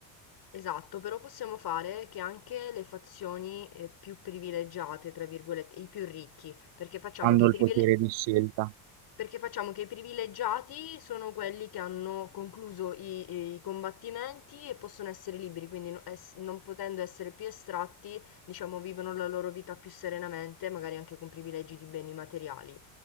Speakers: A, on the left (about 45°); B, on the right (about 60°).
A: Esatto, però possiamo fare che anche le fazioni, ehm, più "privilegiate", tra virgolette, i più ricchi, perché facciamo
B: Hanno
A: che i privile
B: il potere di scelta,
A: perché facciamo che i privilegiati sono quelli che hanno concluso i i combattimenti e possono essere liberi, quindi no ess non potendo essere più estratti, diciamo, vivono la loro vita più serenamente, magari anche con privilegi di beni materiali